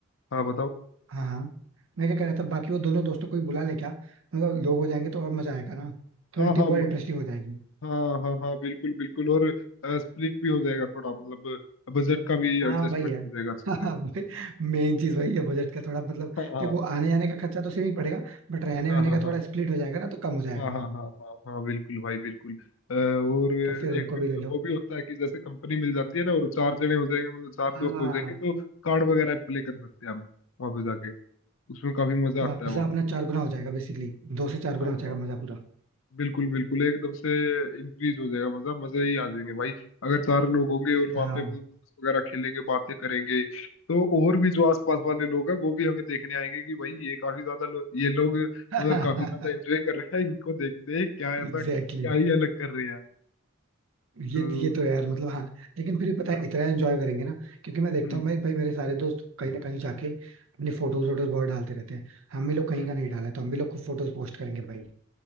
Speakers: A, on the left; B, on the right.
A: हाँ बताओ
B: हाँ हाँ मैं क्या कह रहा था बाकी वो दोनों दोस्तों को भी बुला लें क्या मतलब लोग हो जाएंगे तो और मजा आएगा ना थोड़ी
A: हाँ
B: ट्रिप
A: हाँ
B: और इंटरेस्टिंग हो जाएगी
A: हाँ हाँ हाँ बिल्कुल बिल्कुल और स्प्लिट भी हो जाएगा थोड़ा मतलब बजट का भी
B: हाँ
A: एडजस्टमेंट
B: वही है
A: हो जाएगा अच्छे
B: हाँ
A: से
B: मेन चीज वही है बजट का थोड़ा मतलब
A: हाँ
B: देखो आने जाने का खर्चा तो सेम ही पड़ेगा बट रहने
A: हाँ
B: वहने
A: हाँ
B: का
A: हाँ
B: थोड़ा स्प्लिट हो जाएगा ना तो कम हो जाएगा
A: हाँ हाँ हाँ हाँ हाँ बिल्कुल भाई बिल्कुल अ, और
B: तो फिर उनको
A: एक
B: भी ले लो
A: वो भी होता है कि जैसे कंपनी मिल जाती है ना और चार जने हो जाएंगे मतलब चार दोस्त
B: हाँ
A: हो जाएंगे तो कार्ड वगैरह प्ले कर सकते हैं हम वहाँ पे जाके उसमें काफी मजा आता
B: मजा
A: है वहाँ
B: अपना
A: पे
B: चार गुना हो जाएगा बेसिकली दो से चार गुना
A: हाँ
B: हो जाएगा मजा पूरा
A: बिल्कुल बिल्कुल एकदम से इंक्रीज हो जाएगा मजा मजे ही आ जाएंगे भाई अगर चार लोग होंगे और वहां
B: हाँ
A: पे मतलब ताश वगैरह खेलेंगे बातें करेंगे तो और भी जो आसपास वाले लोग हैं वो भी हमें देखने आएंगे कि भाई ये काफी ज्यादा लो, ये लोग मतलब
B: <laughs>
A: काफी ज्यादा एंजॉय कर रहे हैं इनको देखते हैं क्या ऐसा
B: एग्जैक्टली
A: क्या
B: exactly.
A: ही अलग कर रहे हैं
B: ये
A: तो
B: ये तो यार मतलब हाँ लेकिन फिर भी पता
A: हाँ,
B: है इतना एंजॉय करेंगे ना क्योंकि मैं देखता
A: हम्म
B: हूँ भाई भाई मेरे सारे दोस्त कहीं ना कहीं जाके अपनी फोटोज
A: हम्म,
B: वोटोज बहुत डालते रहते हैं हम भी लोग कहीं
A: हम्म,
B: का
A: हम्म।
B: नहीं डाला है, तो हम भी लोग खूब फोटोज पोस्ट करेंगे भाई